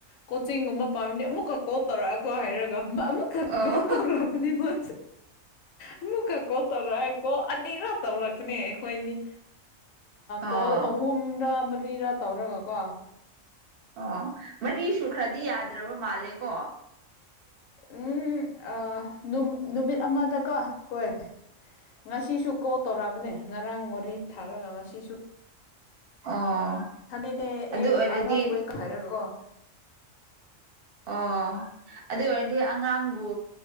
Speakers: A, on the left; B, on the right.
A: ꯀꯣꯆꯤꯡꯒꯨꯝꯕ ꯄꯥꯝꯃꯤꯅꯦ ꯑꯃꯨꯛꯈꯛ ꯀꯣꯜ ꯇꯧꯔꯛꯑꯒꯣ ꯍꯥꯏꯔꯒ ꯑꯃꯨꯛꯀ
B: ꯑꯣ
A: ꯀꯧ ꯇꯧꯔꯕꯅꯤ ꯃ ꯑꯃꯨꯀ ꯀꯧ ꯇꯧꯔ ꯀꯧꯕ ꯅꯤꯔ ꯇꯧꯔꯛꯄꯅꯦ ꯑꯩꯈꯣꯏꯅꯤ
B: ꯑꯣ
A: ꯀꯣꯜ ꯑꯍꯨꯝ ꯇꯔꯤꯔꯥ ꯇꯧꯔꯒ ꯀꯣ
B: ꯑꯣ ꯃꯔꯤ ꯁꯨ ꯈ꯭ꯔꯗꯤ ꯌꯥꯗ꯭ꯔꯕ ꯃꯥꯜꯂꯦꯀꯣ
A: ꯎꯝ ꯅꯨꯃꯤꯠ ꯑꯃꯗꯀꯣ ꯍꯣꯏ ꯉꯁꯤꯁꯨ ꯀꯣꯜ ꯇꯧꯔꯛꯑꯕꯅꯦ ꯉꯔꯥꯡ ꯋꯥꯔꯤ ꯁꯥꯥꯔꯒ ꯉꯁꯤꯁꯨ
B: ꯑꯣ
A: ꯊꯗꯤꯅꯦ
B: ꯑꯗꯨ
A: ꯑꯩ
B: ꯑꯣꯏꯔꯗꯤ
A: ꯑ ꯅꯣꯠ ꯋ ꯍꯥꯏꯔꯣ
B: ꯑꯣ ꯑꯗꯨꯗ ꯑꯗꯤ ꯑꯉꯥꯡꯕꯨ